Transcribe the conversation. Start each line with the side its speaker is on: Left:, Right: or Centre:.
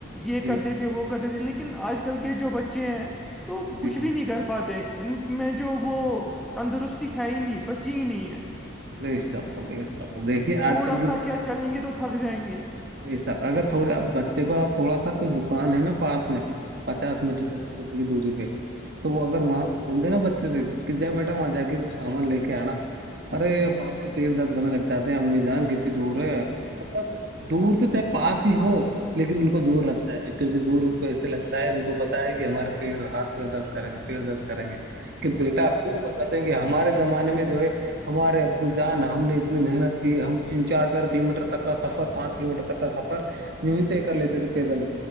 Centre: یہ
Right: جی
Centre: کرتے
Right: جی
Centre: تھے وہ کرتے تھے لیکن آج کل کے جو بچے ہیں تو کچھ
Right: جی
Centre: بھی نہیں کر پا پاتے ان میں جو وہ تندرستی ہے ہی نہیں بچی ہی نہیں ہے
Right: بے شک بے شک دیکھیے
Centre: تھوڑا
Right: آج کل
Centre: سا کیا چلیں گے تو تھک جائیں گے
Right: نہیںسا اگر تھوڑے بچے کو تھوڑا سا کوئی دکان ہے نا پاس میں پچاس میٹر یا سو میٹر کی دوری پہ تو وہ اگر وہاں بول دے نا بچے سے کہ جا بیٹا وہاں جا کے وہ سامان لے کے آنا ارے پاپا پیر درد کرنے لگتااتتے ہیں امی جان کتنی دور ہے مطلب دور تو چاہے پاس ہی ہو لیکن ان کو دور لگتا ہے کیونکہ دور ان کو ایسے لگتا ہے ان کو پتا ہے کہ ہمارے پ ہاتھ پیر درد کریں گے پییر درد کریں گے کہ بیٹا آھر وہ بتاتے ہیں کہ ہمارے زمانے میں جو ہے ہمارے ابو جان ہم نے اتنی محنت کی ہم تین چار چار کلو میٹر تک کا سفر پانچ کلو میٹر تک کا سفر یوں ہی طے کر لیتے تھے پیدل